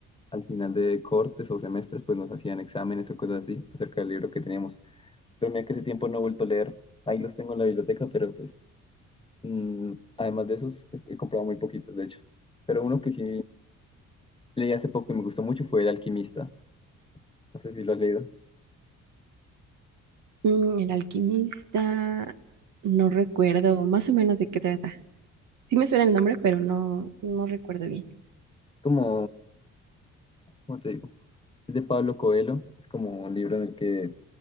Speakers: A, on the left; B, on the right.
A: al final de cortes o semestres pues nos hacían exámenes o cosas así acerca del libro que teníamos. Pero mira que ese tiempo no he vuelto a leer. Ahí los tengo en la biblioteca, pero pues mm, además de esos he comprado muy poquitos, de hecho. Pero uno que sí leí hace poco y me gustó mucho fue El Alquimista. No sé si lo has leído.
B: Mm, El alquimista, no recuerdo más o menos de qué trata. Sí me suena el nombre, pero no, no recuerdo bien.
A: Como, ¿cómo te digo? Es de Pablo Coelho. Es como un libro en el que